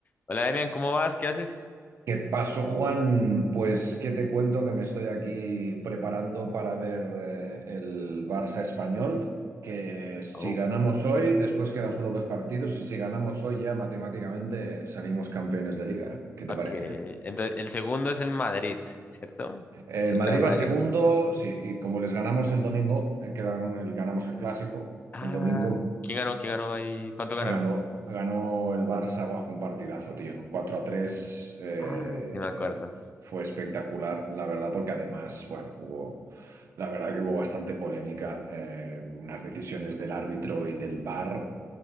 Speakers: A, on the left (about 35°); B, on the right (about 65°).
A: Hola, Demian, ¿cómo vas? ¿Qué haces?
B: ¿Qué pasó, Juan? Pues, ¿qué te cuento? Que me estoy aquí preparando para ver eh, el Barça español, que si
A: Oh,
B: ganamos hoy, después quedan solo dos partidos, y si ganamos hoy ya matemáticamente salimos campeones de liga. ¿Qué te
A: ok.
B: parece?
A: Entonces, el segundo es el Madrid, ¿cierto?
B: El
A: El
B: Madrid
A: Real Madrid.
B: va segundo, sí, y como les ganamos el domingo, eh, quedaron, el- ganamos el clásico,
A: Ah,
B: el domingo
A: ¿quién ganó? ¿Quién ganó ahí? ¿Cuánto ganaron?
B: Eh, Ganó, ganó el Barça, Buah, fue un partidazo, tío. 4 a 3, eh,
A: Ah, sí me acuerdo.
B: fue espectacular, la verdad, porque además, bueno, hubo, la verdad que hubo bastante polémica, eh, unas decisiones del árbitro y del VAR